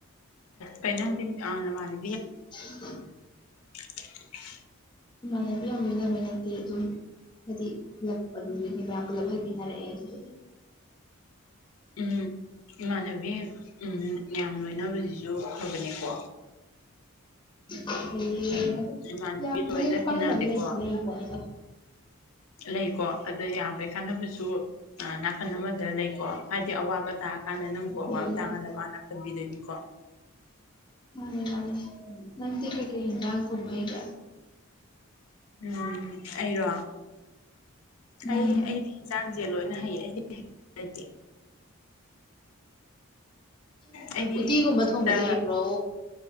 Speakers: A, on the left; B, on the left.
A: ꯄꯅꯗꯤꯗ ꯃꯥꯅꯤ
B: <inaudible>
A: <inaudible>
B: ꯃꯥꯅꯦꯕꯤ ꯌꯥꯝ ꯂꯣꯏꯅꯕꯩ ꯅꯠꯇꯦ ꯑꯗꯨꯝ ꯍꯥꯏꯗꯤ ꯍꯜꯂꯛꯄꯗꯨꯒꯤꯗꯤ ꯃꯌꯥꯝ ꯄꯨꯂꯞ ꯍꯟꯃꯤꯟꯅꯔꯛꯑꯦ ꯑꯗꯨꯗꯤ
A: ꯎꯝ ꯏꯃꯥꯟꯅꯕꯤ ꯎꯝ ꯌꯥꯝ ꯂꯣꯏꯅꯕꯁꯤꯁꯨ ꯐꯕꯅꯤꯀꯣ
B: ꯍ ꯑꯗꯨ
A: ꯏꯃꯥꯟꯅꯕꯤ
B: ꯌꯥꯝꯕꯒꯤꯁꯨ
A: ꯂꯣꯏꯅ
B: ꯀꯥꯟꯅꯟꯗꯕ
A: ꯇꯤꯟꯅꯗꯦꯀꯣ
B: ꯂꯩ ꯂꯩꯀꯣꯠꯅꯦꯗ
A: ꯂꯩꯀꯣ ꯑꯗ ꯌꯥꯕꯩ ꯀꯥꯟꯅꯕꯁꯨ ꯅꯥꯀꯟ ꯑꯃꯗ ꯂꯩꯀꯣ ꯍꯥꯏꯗꯤ ꯑꯋꯥꯕ ꯇꯥꯔꯀꯥꯟꯗ ꯅꯪꯕꯨ ꯑꯋꯥꯕ
B: ꯂꯩ ꯂꯩ
A: ꯇꯥꯀꯥꯟꯗ ꯃꯥꯅ ꯀꯟꯕꯤꯗꯣꯏꯅꯤꯀꯣ
B: ꯃꯥꯅꯦ ꯃꯥꯅꯦ ꯅꯟ ꯀ ꯀ ꯍ ꯅꯪ ꯊꯕ ꯍꯒ
A: ꯎꯝ ꯑꯩꯔꯣ ꯑꯩ
B: ꯎꯝ
A: ꯑꯩꯗꯤꯟ ꯆꯥꯡ ꯁꯦ ꯂꯣꯏꯅ ꯍꯩ ꯑꯩꯗꯤ ꯍꯩꯇꯕꯥ ꯂꯩꯇꯦ ꯑꯩꯗꯤ
B: ꯎꯇꯤꯒꯨꯝꯕ
A: ꯈꯨꯠꯇ
B: ꯊꯣꯡꯕꯗꯤ ꯍꯩꯕ꯭ꯔꯣ